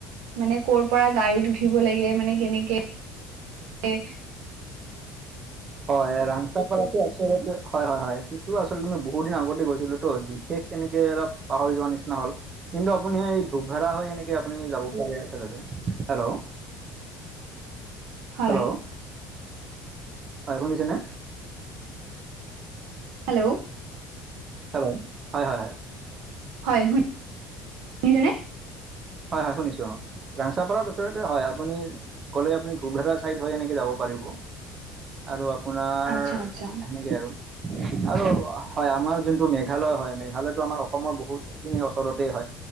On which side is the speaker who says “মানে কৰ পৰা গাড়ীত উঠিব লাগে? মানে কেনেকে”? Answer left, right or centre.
Right